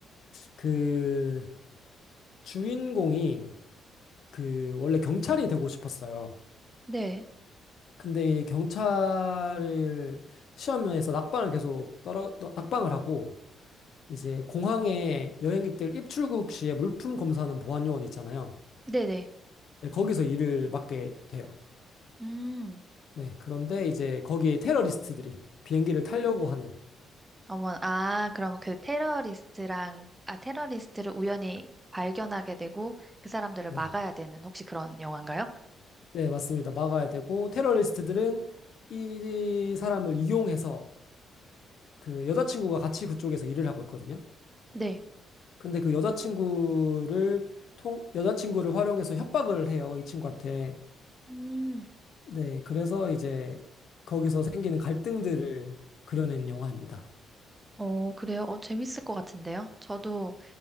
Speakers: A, on the left (about 65°); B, on the right (about 15°).
A: 그 주인공이 그 원래 경찰이 되고 싶었어요.
B: 네,
A: 근데 이 경찰을 시험에서 낙방을 계속 떨어 낙방을 하고 이제 공항에 여행객들 입출국 시에 물품 검사하는 보안 요원 있잖아요.
B: 네네.
A: 네, 거기서 일을 맡게 돼요.
B: 음,
A: 네. 그런데 이제 거기에 테러리스트들이 비행기를 타려고 하는
B: 어머, 아, 그러면 그 테러리스트랑, 아, 테러리스트를 우연히 발견하게 되고 그 사람들을
A: 네.
B: 막아야 되는 혹시 그런 영화인가요?
A: 네, 맞습니다. 막아야 되고, 테러리스트들은 이 사람을 이용해서 그 여자친구가 같이 그쪽에서 일을 하고 있거든요.
B: 네.
A: 근데 그 여자친구를 통, 여자친구를 활용해서 협박을 해요. 이 친구한테.
B: 음,
A: 네, 그래서 이제 거기서 생기는 갈등들을 그려낸 영화입니다.
B: 어, 그래요? 어, 재밌을 것 같은데요? 저도